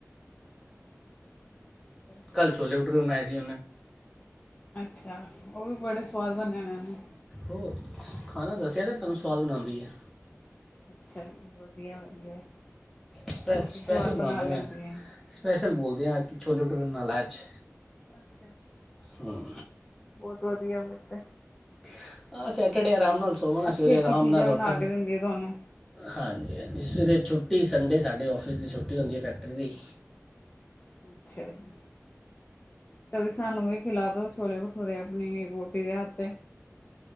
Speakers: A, on the left; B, in the centre.
A: ਅੱਛਾ ਜੀ,
B: ਕੱਲ ਛੌਲੇ ਬੂਟਰੇ ਬਨਾਅੇ <unintelligible>
A: ਅੱਛਾ ਉਹ ਵੀ ਬੜੇ ਸਵਾਦ ਬਣੇਣੇੂੰ
B: ਹੋਰ ਖਾਣਾ ਦੱਸਿਆ ਤਾਂ ਤੁਹਾਨੂੰ ਸਵਾਦ ਬਣਾਉਂਦੀ ਹੈ
A: ਅੱਛਾ ਜੀ ਵਧੀਆ ਵਧੀਆ
B: ਸਪੈ
A: ਰੋਟੀ
B: ਸਪੈਸ਼ਲ
A: ਸਵਾਦ
B: ਬਣਾਉਂਦੇ
A: ਬਣਾ ਲੈਂਦੀ
B: ਮੈਂ
A: ਆ
B: ਸਪੈਸ਼ਲ ਬੋਲਦੇ ਹਾਂ ਕਿ ਛੋਲੇ ਛੋਲੇ ਮਨਾਾਲਾ 'ਚ
A: ਅੱਛਾ
B: ਹਮ
A: ਬਹੁਤ ਵਧੀਆੇ ਉ ਤੇ
B: <unintelligible> ਟੜੇ ਆਰਾਮ ਨਾਲ ਸੋਵਾਂਗੇ
A: ਅੱਛੀ-ਅੱਛੀ
B: ਸਵੇਰੇ ਆਰਾਮ
A: ਚੀਜ਼ਾਂ
B: ਨਾਲ ਉੱਠਾਂਗੇ
A: ਬਣਾ ਕੇ ਦਿੰਦੀ ਹੈ ਤੁਹਾਨੂੰ
B: ਹਾਂਜੀ ਹਾਂਜੀ ਸਵੇਰੇ ਛੁੱ ਛੁਟੀ ਸੰਡੇ ਸਾਡੇ ਔਫਿਸ ਦੀ ਛੁਟੀ ਹੁੰਦੀ ਫੈਕਟਰੀ ਦੀ
A: ਅੱਛਾ ਜੀ ਕਦੇ ਸਾਨੂੰ ਵੀ ਖਿਲਾ ਦੋ ਛੋਲੇ ਭਠੂਰੇ ਆਪਣੀ ਰੋਟੀ ਦੇ ਹੱਥ